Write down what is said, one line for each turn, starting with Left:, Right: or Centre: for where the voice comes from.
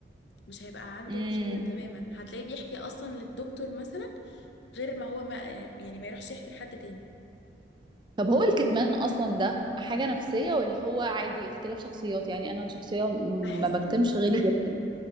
Left: مش هيبقى عنده
Right: مم.
Left: مشكلة تماما هتلاقيه بيحكي أصلا للدكتور مثلا غير ما هو ما يعني ما يروحش يحكي لحد تاني
Right: طب هو الكتمان اصلا ده حاجة نفسية ولا هو عادي اختلاف شخصيات يعني انا شخصية م-
Left: بحس
Right: ما بكتمش
Left: إن
Right: غيري بيكتم